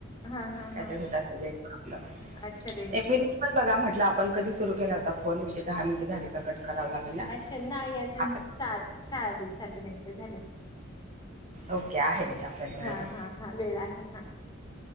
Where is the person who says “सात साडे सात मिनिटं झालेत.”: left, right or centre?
Left